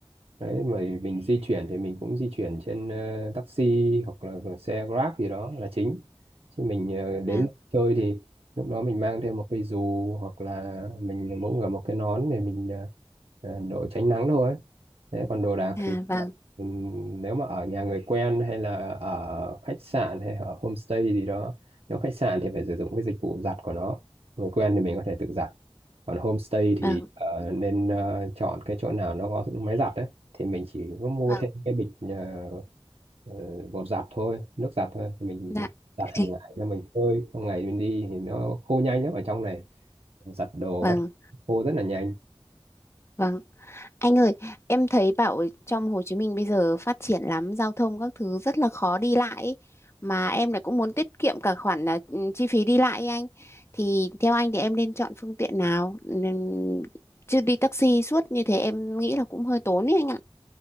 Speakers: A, on the right; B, on the left.
A: đấy mà mình di chuyển thì mình cũng di chuyển trên ờ, taxi hoặc là xe Grab gì đó là chính chứ mình ờ, đến
B: Vâng,
A: chơi thì lúc đó mình mang thêm một cái dù hoặc là mình mỗi người một cái nón để mình ờ, ờ, đội tránh nắng thôi thế còn đồ đạc
B: à
A: thì
B: vâng,
A: ừm, nếu mà ở nhà người quen hay là ở khách sạn hay ở homestay gì đó nếu khách sạn thì phải sử dụng cái dịch vụ giặt của nó người quen thì mình có thể tự giặt còn homestay thì
B: vâng,
A: ờ, nên ờ, chọn cái chỗ nào nó có máy giặt đấy thì mình chỉ có mua
B: vâng,
A: thêm cái bịch à, ờ, bột giặt thôi nước giặt thôi mình
B: dạ,
A: giặt
B: <laughs>
A: hàng ngày là mình phơi trong ngày mình đi thì nó khô nhanh lắm ở trong này giặt đồ
B: vâng,
A: các khô rất là nhanh
B: vâng. Anh ơi, em thấy bảo trong Hồ Chí Minh bây giờ phát triển lắm, giao thông các thứ rất là khó đi lại ý. Mà em lại cũng muốn tiết kiệm cả khoản là ừ, chi phí đi lại ý anh. Thì theo anh thì em nên chọn phương tiện nào? Ừm, Chứ đi taxi suốt như thế em nghĩ là cũng hơi tốn ý anh ạ.